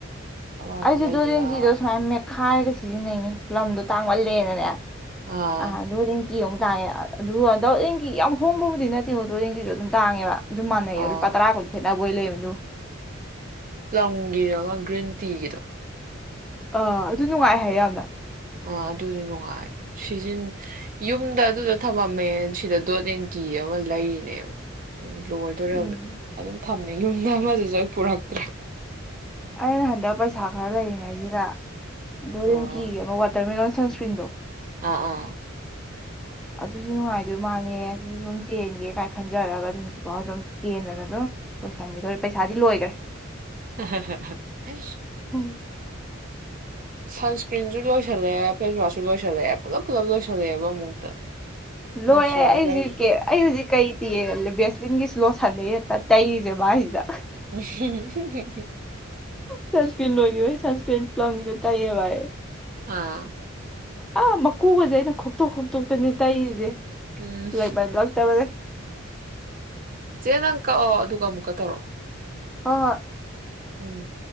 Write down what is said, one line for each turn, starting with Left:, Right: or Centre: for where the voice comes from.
Right: ꯑꯉꯥꯎꯕ
Centre: ꯑꯩꯁꯨ
Right: ꯂꯩꯗꯔꯥ
Centre: ꯗꯣꯠ ꯑꯦꯟꯗ ꯀꯤꯗꯣ ꯁꯨꯃꯥꯢ ꯃꯦꯠ ꯈꯥꯏꯔꯒ ꯁꯤꯖꯤꯟꯅꯩꯅꯤ ꯂꯝꯗꯣ ꯇꯥꯡꯃꯜꯂꯦꯅꯅꯦ
Right: ꯑꯥ
Centre: ꯑ ꯗꯣꯠ ꯑꯦꯟꯗ ꯀꯤ ꯀꯤ ꯑꯃꯨꯛ ꯇꯥꯡꯉꯦ ꯑꯗꯨꯒ ꯗꯣꯠ ꯑꯦꯟꯗ ꯀꯤꯒꯤ ꯌꯥꯝ ꯍꯣꯡꯕꯕꯨꯗꯤ ꯅꯠꯇꯦ ꯀꯣ ꯗꯣꯠ ꯑꯦꯟꯗ ꯀꯤꯗꯣ ꯑꯗꯨꯝ ꯇꯥꯡꯉꯦꯕ ꯑꯗꯨꯝ ꯃꯥꯟꯅꯩꯌꯦ
Right: ꯑꯥ
Centre: ꯂꯨꯄꯥ ꯇꯔꯥ ꯀꯨꯟ ꯈꯦꯠꯅꯕ ꯑꯣꯏ ꯂꯩꯔꯝꯃꯦ ꯑꯗꯨꯒ
Right: ꯄ꯭ꯂꯝꯒꯤ ꯑꯃ ꯒ꯭ꯔꯤꯟ ꯇꯤꯒꯤꯗꯣ
Centre: ꯑ ꯑꯗꯨ ꯅꯨꯡꯉꯥꯏꯍꯥꯢꯌꯦ ꯌꯥꯝꯅ
Right: ꯑꯥ ꯑꯗꯨꯁꯨ ꯅꯨꯡꯉꯥꯏ ꯁꯤꯖꯤꯟ ꯌꯨꯝꯗ ꯑꯗꯨꯗ ꯊꯃꯝꯃꯦ ꯁꯤꯗ ꯗꯣꯠ ꯑꯦꯟ ꯀꯤ ꯑꯃ ꯂꯩꯔꯤꯅꯦꯕ ꯂꯣꯏꯗꯣꯔꯦ
Centre: ꯎꯝ
Right: ꯍꯧꯖꯤꯛ ꯑꯗꯨꯝ ꯊꯝꯃꯦ ꯌꯨꯝꯗ ꯑꯃꯗꯨꯁꯨ ꯑꯩ ꯄꯨꯔꯛꯇ꯭ꯔꯦ
Centre: ꯑꯩꯅ ꯍꯟꯗꯛ ꯄꯩꯁꯥ ꯈꯔ ꯂꯩꯔꯤꯉꯩꯁꯤꯗ ꯗꯣꯠ
Right: ꯑꯥ
Centre: ꯑꯦꯟ ꯀꯤꯒꯤ ꯑꯃ ꯋꯥꯇꯔꯃꯤꯂꯣꯟ ꯁꯟꯁꯀ꯭ꯔꯤꯟꯗꯣ
Right: ꯑꯥ ꯑꯥ
Centre: ꯑꯗꯨꯁꯨ ꯅꯨꯡꯉꯥꯏꯗꯣꯏ ꯃꯥꯜꯂꯦ ꯑꯗꯨꯁꯨ ꯑꯗꯨꯝ ꯆꯦꯟꯒꯦ ꯀꯥꯏ ꯈꯟꯖꯔꯒ ꯑꯗꯨꯝ ꯍꯧꯖꯤꯐꯥꯎ ꯑꯗꯨꯝ ꯆꯦꯟꯗꯅ ꯑꯗꯨꯝ ꯂꯣꯏꯁꯟꯈꯤꯗꯧꯔꯦ ꯄꯩꯁꯥꯗꯤ ꯂꯣꯏꯈ꯭ꯔꯦ
Right: ꯍꯥ ꯍꯥ
Centre: ꯎꯝ
Right: ꯁꯟꯁꯀ꯭ꯔꯤꯟꯁꯨ ꯂꯣꯏꯁꯤꯜꯂꯛꯑꯦ ꯐꯦꯁꯋꯥꯁꯁꯨ ꯂꯣꯏꯁꯤꯜꯂꯛꯦ ꯄꯨꯂꯞ ꯄꯨꯂꯞ ꯂꯣꯏꯁꯤꯜꯂꯛꯑꯦꯕ ꯑꯃꯨꯛꯇ
Centre: ꯂꯣꯏꯔꯦ
Right: ꯃꯣꯏꯆꯔꯥꯏꯖꯔ
Centre: ꯑꯩ ꯍꯧꯖꯤꯛ ꯑꯩ ꯍꯧꯖꯤꯛ ꯀꯩ ꯑꯦ ꯕꯦꯁꯂꯤꯟꯒꯤ ꯁꯂꯣ ꯁꯥꯟꯅꯩ ꯑꯦꯇꯥ ꯇꯩꯔꯤꯁꯦ ꯃꯥꯏꯁꯤꯗ
Right: <unintelligible>
Centre: ꯁꯟꯁꯀ꯭ꯔꯤꯟ ꯂꯣꯢꯒꯤꯕꯩ ꯁꯟꯁꯀ꯭ꯔꯤꯟ ꯄ꯭ꯂꯝꯒꯤꯗꯨ ꯇꯩꯌꯦꯕ ꯑꯩ
Right: ꯑꯥ
Centre: ꯑꯥ ꯃꯀꯨꯒꯁꯦ ꯑꯩꯅ ꯈꯣꯛꯇꯣꯛ ꯈꯣꯛꯇꯣꯛꯇꯅꯤ ꯇꯩꯔꯤꯁꯦ
Right: ꯎꯝ
Centre: ꯂꯩꯥꯃꯜꯂꯛꯇꯕꯩ
Right: ꯆꯦ ꯅꯪ ꯀꯛꯑꯣ ꯑꯗꯨꯒ ꯑꯃꯨꯛꯀ ꯇꯧꯔꯑꯣ
Centre: ꯍꯣꯏ ꯍꯣꯢ
Right: ꯎꯝ